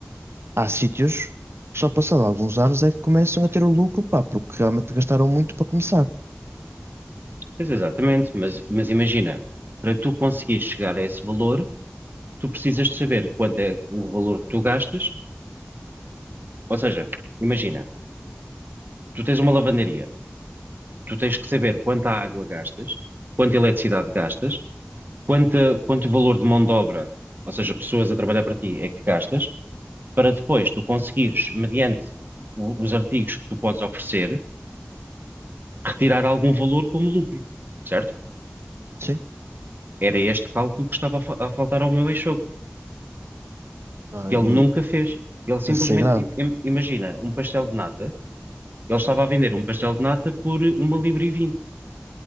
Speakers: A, on the right; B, on the right.
A: há sítios que só passado alguns anos é que começam a ter o lucro, pá, porque realmente gastaram muito para começar.
B: pois exatamente, mas, mas imagina, para tu conseguires chegar a esse valor, tu precisas de saber quanto é o valor que tu gastas, ou seja, imagina, Tu tens uma lavandaria, tu tens que saber quanta água gastas, quanta eletricidade gastas, quanta, quanto valor de mão de obra, ou seja, pessoas a trabalhar para ti, é que gastas, para depois tu conseguires, mediante o- os artigos que tu podes oferecer, retirar algum valor como lucro, certo?
A: Sim.
B: Era este cálculo que estava a, fa- a faltar ao meu ex-sogro,
A: Ah,
B: que ele
A: e,
B: nunca fez. Ele simplesmente,
A: isso é grave.
B: im- im- imagina, um pastel de nata, ele estava a vender um pastel de nata por uma libra e vinte.